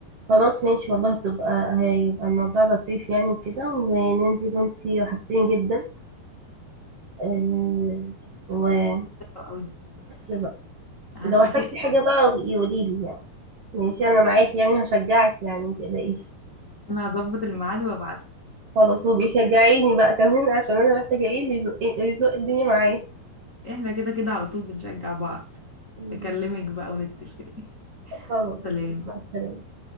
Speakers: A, on the right; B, on the left.
A: خلاص ماشي والله تبقى هيبقى الموضوع لطيف يعني وكده وننزل وانتي وحشتيني جدا آه، وبس
B: حلو قوي
A: بقى
B: هتفق
A: لو احتجتي حاجة
B: آه،
A: بقى بقي قوليلي يعني ماشي انا معاكي
B: ماشي.
A: يعني هشجعك يعني متقلقيش
B: انا هظبط الميعاد وابعت
A: خلاص وبيشجعيني بقى كمان عشان انا محتاجه ايه اللي يزق اللي يزق الدنيا معايا
B: احنا كده كده على طول بنشجع بعض
A: مم.
B: اكلمك بقى ونتفق <laughs>
A: خلاص
B: سلام
A: ماشي، مع السلامه